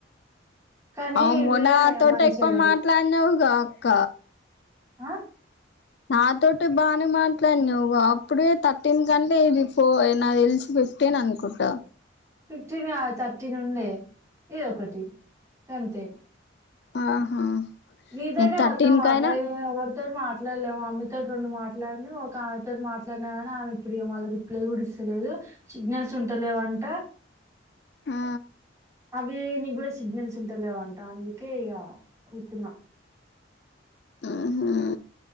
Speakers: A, on the right; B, on the left.
A: కానీ
B: అవ్
A: ఇవే
B: మొనా నాతోటి
A: మంచిగా
B: ఎక్కువ మాట్లాడినవుగా అక్క
A: ఆ
B: నాతోటి బానే మాట్లాడి నావ్ గా అప్పుడే థర్టీన్ కంటే ఇది పో నా తెలిసిపో ఫిఫ్టీన్ అనుకుంట
A: ఫిఫ్టీన్ కాదు థర్టీన్ ఉండే ఇది ఒకటి గంతే
B: ఆహా
A: నీతోనే
B: నీకు థర్టీన్
A: మొత్తం మాట్లాడిన
B: కయినా
A: ఇంక ఎవరితో తో మాట్లాడలేము అమ్మతో రెండు మాట్లాడినా ఒక ఆమెతోటి మాట్లాడినా కాని ఆమె ఇప్పుడుళ్ళ రిప్లే గుడిస్త స్తలేదు సిగ్నల్స్ ఉంటలేవంట
B: ఆ
A: అవి నీ కూడా సిగ్నల్స్ ఉంట లేవంట అందుకే ఇగా కూర్చునా
B: ఆహా